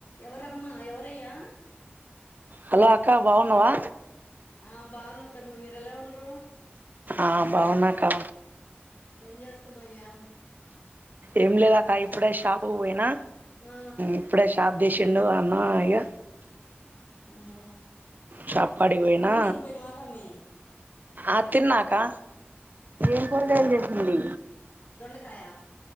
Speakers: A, on the left (about 55°); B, on the right (about 45°).
A: ఎవరమ్మా, ఎవరయ్యా!
B: హలో అక్క బాగున్నవా?
A: ఆ బాగున్న తమ్మి, మీరెలా ఉండ్రు?
B: ఆ బాగున్నక్కా.
A: ఏం చేస్తున్నవయ్యా?
B: ఏం లేదక్క ఇప్పుడే షాపుకు పోయిన
A: ఆ
B: ఇప్పుడే షాప్ తీశిండు అన్నా ఇగ
A: మ్
B: షాప్ కాడికి పోయినా
A: అన్నం దిని పోయినవా తమ్మి
B: ఆ తిన్న అకా ఏం కూరగాయల్ చేసింది
A: దొండకాయ